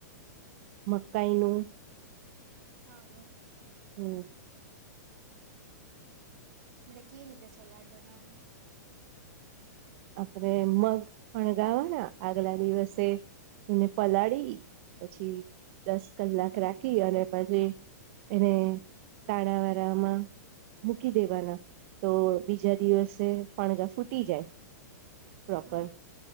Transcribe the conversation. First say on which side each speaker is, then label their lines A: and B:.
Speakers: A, on the right; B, on the right.
A: મકાઈ નું
B: હા
A: હમ્મ
B: એટલે કે રીતે સોલાડ બનાવાનું
A: આપણે મગ ફણગાવાના આગલા દિવસે એને પલાળી પછી દસ કલાક રાખી અને પછી એને કાણાવારાામાં મૂકી દેવાના તો બીજા દિવસે ફણગા ફૂટી જાય પ્રોપર
B: હા